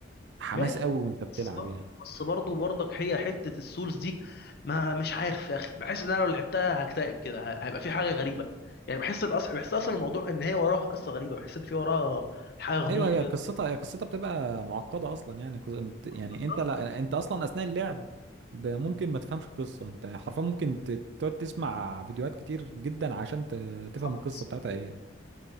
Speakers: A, on the right; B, on the left.
A: حماس
B: ماشي
A: قوي
B: بقى،
A: وانت بتلعب
B: بس برضه
A: يعني
B: بس برضه برضك هي حتة السولز دي ما مش عارف يا اخي بحس ان انا لو لعبتها هكتئب كده ه- هيبقى في حاجة غريبة يعني بحس الاصل بحس اصلا الموضوع ان هي وراها قصة غريبة بحس ان في وراها حاجة غموض
A: ايوه هي
B: كده
A: قصتها هي قصتها بتبقى معقده اصلا يعني قص- انت- يعني
B: بالظبط
A: انت لا انت اصلا اثناء اللعب ب- ممكن ما تفهمش القصه انت حرفيا ممكن ت- تقعد تسمع فيديوهات كتير جدا عشان ت- تفهم
B: افهم
A: القصه
B: القصة
A: بتاعتها ايه